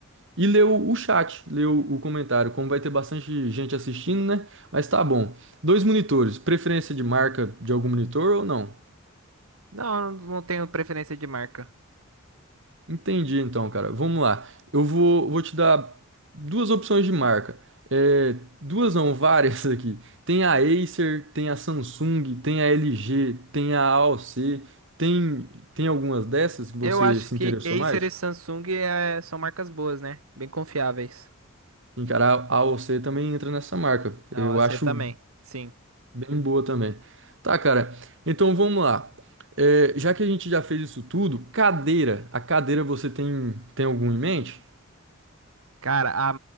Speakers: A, on the right (about 60°); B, on the right (about 85°).
A: e ler o, o chat, ler o, o comentário, como vai ter bastante gente assistindo, né? Mas tá bom. Dois monitores, preferência de marca de algum monitor ou não?
B: Não, eu não tenho preferência de marca.
A: Entendi, então, cara. Vamos lá. Eu vou, vou te dar duas opções de marca. É, duas não, várias <laughs> aqui. Tem a Acer, tem a Samsung, tem a LG, tem a AOC. Tem, tem algumas dessas que você
B: Eu acho
A: se
B: que
A: interessou
B: Acer
A: mais?
B: e Samsung é- são marcas boas, né? Bem confiáveis.
A: Sim, cara, a AOC também entra nessa marca.
B: A
A: Eu
B: OAC
A: acho
B: também, sim.
A: bem boa também. Tá, cara. Então vamos lá. É, já que a gente já fez isso tudo, cadeira. A cadeira você tem, tem algum em mente?
B: Cara, a,